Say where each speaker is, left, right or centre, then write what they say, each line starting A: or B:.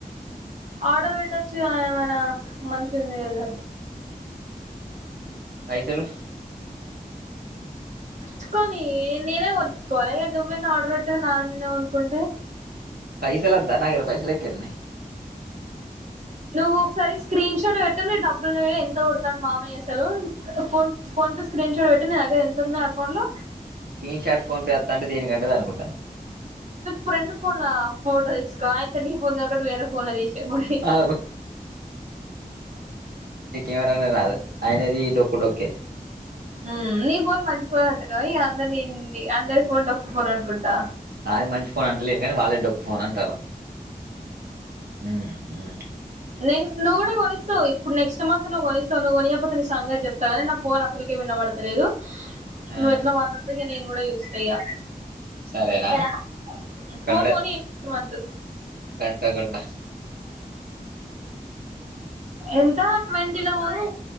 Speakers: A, on the right; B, on the right.
A: ఆర్డర్ పెట్టొచ్చుగా ఏమైనా మంచిగా ఏదో
B: పైసలు
A: ఉంచుకొని నేనే ఉంచుకోవాల నువైన ఆర్డర్ పెట్టేది నా నేనే కొనుకుంటే
B: పైసలొద్దా నాగరా పైసల ఏవ్ త్తున్నె
A: నువ్వు ఒకసారి స్క్రీన్ షాట్ పోటో పెట్ డబ్బులు ఎంత కడుతునాడు మామయ్య అసలు phone PhonePe screenshot పెట్టి నా దగ్గర ఎంత ఉన్నాయి అకౌంట్ లో
B: స్క్రీన్ షాట్ ఫోన్ పే వస్తా దీనికి అంటదు అనుకుంటా
A: ఫ్రెండ్ ఫోన్లా ఫోటో తీస్ స్కో అయితే నీ ఫోన్ కాకుండా వేరే ఫోన్ల తీష పో
B: ఆ ఇవరనే రాదు అయనది డొక్కు డొక్కే
A: ఉమ్, నీ ఫోన్ మంచిపోన్ అంటున్నా ఇక అందరి అందరి ఫోన్ డోక్కుపోను అనుకుంటా
B: అది మంచి ఫోన్ అంటలేను కానీ వాళ్ళ డొక్ పోన్ పోన్ అంటారా మ్మ్ హ్మ్
A: నేన్ నువ్ కూడా కొనిస్తావ్ ఇప్పుడు నెక్స్ట్ మంత్ నువ్ కొనిస్తావు నువ్వుకొనియక పోతే నీ సంగత్ జెప్త కానీ నా ఫోన్ అసలుకే వినబడతలేదు
B: ఆ
A: నువ్వు ఎట్లా మాట్లాడద నను కూడా యూస్ చేయ
B: సరేనా
A: ఇక్కడ
B: కన్నడ
A: ఫోన్ కొని వద్దు
B: గంట కొన్న
A: ఎంత ట్వంటీ లో పోను